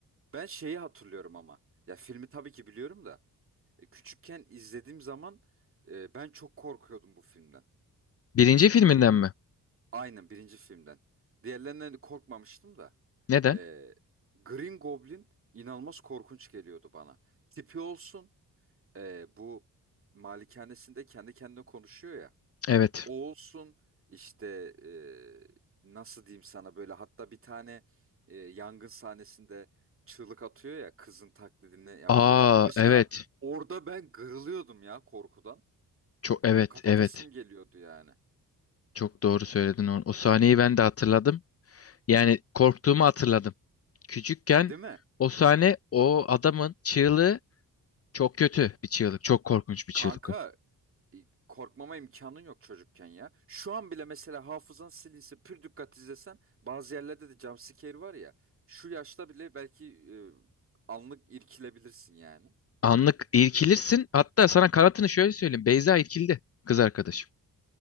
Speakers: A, on the right; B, on the left.
A: Ben şeyi hatırlıyorum ama. Ya filmi tabii ki biliyorum da. e, küçükken izlediğim zaman e, ben çok korkuyordum bu filmden.
B: Birinci
A: Çünkü
B: filminden mi?
A: aynen birinci filmden. Diğerlerinden korkmamıştım da.
B: Neden?
A: Ee, Green Goblin inanılmaz korkunç geliyordu bana. Tipi olsun e, bu malikanesinde kendi kendine konuşuyor ya.
B: Evet.
A: O olsun işte e, nasıl diyeyim sana böyle hatta bir tane e, yangın sahnesinde çığlık atıyor ya kızın taklidini yapıyor.
B: Aa
A: Mesela
B: evet.
A: orada ben kırılıyordum ya korkudan.
B: Çok evet
A: Ya kapatasım
B: evet.
A: geliyordu yani.
B: Çok doğru söyledin onu. O sahneyi ben de hatırladım. Yani korktuğumu hatırladım. Küçükken
A: Değil mi?
B: o sahne o adamın çığlığı çok kötü bir çığlık. Çok korkunç bir
A: Kanka
B: çığlık. o.
A: e, korkmama imkanın yok çocukken ya. Şu an bile mesela hafızan silinse pür dikkat izlesen bazı yerlerde de jumpscare var ya. Şu yaşta bile belki e, anlık irkilebilirsin yani.
B: Anlık irkilirsin. Hatta sana kanatını şöyle söyleyeyim. Beyza irkildi kız arkadaşım.